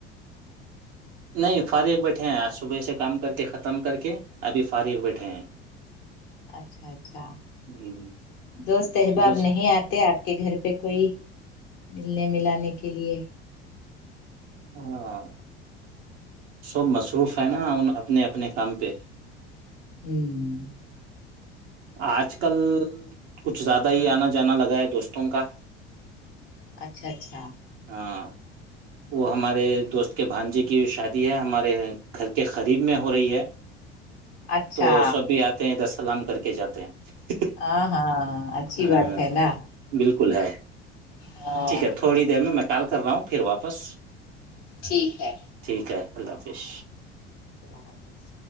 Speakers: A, on the right; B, on the left.
A: نہیں فارغ بیٹھے ہیں آج صبح سے کام کر کے ختم کر کے ابھی فارغ بیٹھے ہیں
B: اچھا اچھا
A: ہ
B: دوست احباب
A: صبح سے۔
B: نہیں آتے آپ کے گھر پہ کوئی ملنے ملانے کے لیے
A: ہاں سب مصروف ہیں نا ان اپنے اپنے کام پہ
B: ہوں
A: آج کل کچھ زیادہ ہی آنا جانا لگا ہے دوستوں کا
B: اچھا اچھا
A: ہاں وہ ہمارے دوست کے بھانجے کی شادی ہے ہمارے گھر کے قریب میں ہو رہی ہے
B: اچھا
A: تو سب بھی آتے ہیں دس سلام کر کے کے جاتے ہیں
B: ہاں ہاں اچھی
A: ہاں
B: بات ہے نا
A: بالکل ہے
B: ہاں
A: ٹھیک ہے تھوڑی دیر میں م ٹال کر رہا ہوں پھر واپس
B: ٹھیک ہے
A: ٹھیک ہے اللہ حافظ
B: اللہ حافظ